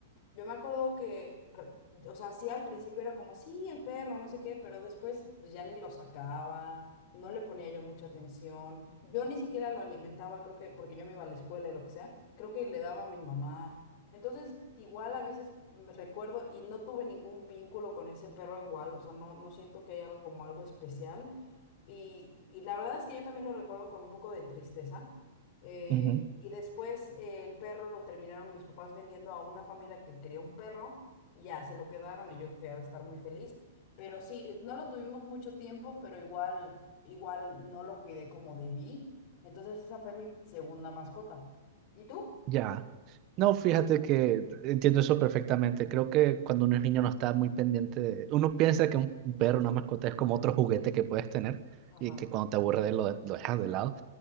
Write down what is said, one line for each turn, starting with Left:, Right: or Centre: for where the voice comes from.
Left: yo me acuerdo que, re- o sea, sí al principio era como, sí, el perro, no sé qué, pero después pues, ya ni lo sacaba, no le ponía yo mucha atención, yo ni siquiera lo alimentaba, creo que, porque yo me iba a la escuela y lo que sea, creo que le daba a mi mamá. Entonces, igual a veces me recuerdo y no tuve ningún vínculo con ese perro igual, o sea, no, no siento que haya algo como algo especial. Y, y la verdad es que yo también lo recuerdo con un poco de tristeza eh,
Right: Ujú.
Left: y después eh, el perro lo terminaron mis papás vendiendo a una familia que quería un perro y ya se lo quedaron y yo creo que ha de estar muy feliz. Pero sí, no lo tuvimos mucho tiempo, pero igual, igual no lo cuidé como debí. Entonces esa fue mi segunda mascota. ¿Y tú?
Right: Ya. No, fíjate que entiendo eso perfectamente. Creo que cuando uno es niño no está muy pendiente de... Uno piensa que un un perro, una mascota es como otro juguete que puedes tener
Left: Ajá.
Right: y que cuando te aburre de él lo, de- lo dejas de lado.